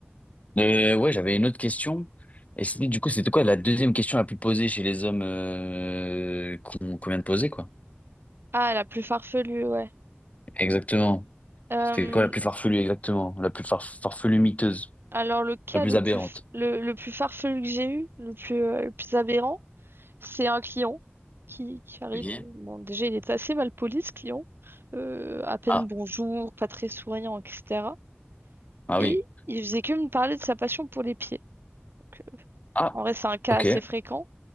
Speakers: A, on the left (about 35°); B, on the right (about 60°).
A: Euh, ouais, j'avais une autre question. Et c'était- du coup, c'était quoi la deuxième question la plus posée chez les hommes euh, qu'on qu'on vient de poser, quoi?
B: Ah, la plus farfelue, ouais.
A: Exactement.
B: Euh,
A: C'était quoi la plus farfelue, exactement? La plus far- farfelue miteuse.
B: alors, le cas
A: La plus
B: le
A: aberrante.
B: plus, f- le, le plus farfelu que j'ai eu, le plus, euh, le plus aberrant, C'est un client qui, qui arrive.
A: Ok.
B: Bon, déjà, il est assez mal poli, ce client. Euh, à peine
A: Ah,
B: bonjour, pas très souriant, etc.
A: ah
B: Et
A: oui.
B: il faisait que me parler de sa passion pour les pieds. Donc, euh,
A: Ah,
B: en vrai, c'est un cas
A: ok.
B: assez
A: vous
B: fréquent